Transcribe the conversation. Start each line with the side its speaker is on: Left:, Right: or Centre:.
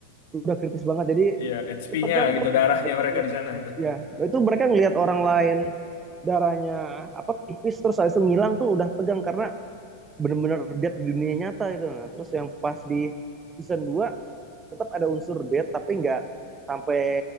Right: udah kritis banget jadi
Left: iya HP-nya
Right: ketegang
Left: gitu
Right: tuh
Left: darahnya
Right: xbox
Left: mereka di sana itu.
Right: ya nah, itu mereka ngelihat orang lain darahnya apa tipis terus habis itu ngilang tuh udah tegang karena benar-benar dead di dunia nyata gitu nah terus yang pas di season dua tetap ada unsur dead tapi nggak sampai